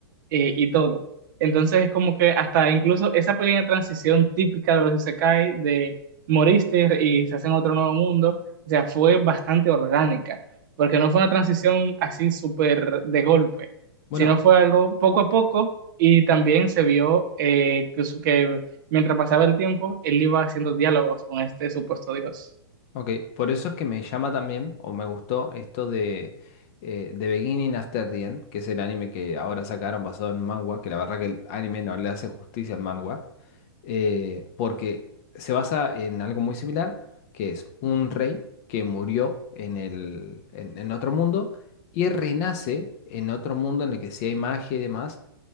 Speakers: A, on the right (about 50°); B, on the left (about 35°).
A: eh, y todo. Entonces es como que hasta incluso esa pequeña transición típica de los isekai, de moriste y se hace en otro nuevo mundo, o sea, fue bastante orgánica, porque no fue una transición así súper de golpe,
B: Bueno,
A: sino fue algo poco a poco y también se vio eh, que, su- que mientras pasaba el tiempo, él iba haciendo diálogos con este supuesto dios.
B: Ok, por eso es que me llama también, o me gustó, esto de eh, The Beginning After the End, que es el anime que ahora sacaron basado en manga, que la verdad que el anime no le hace justicia al manga, eh, porque se basa en algo muy similar, que es un rey que murió en el, en, en otro mundo y renace en otro mundo en el que sí hay magia y demás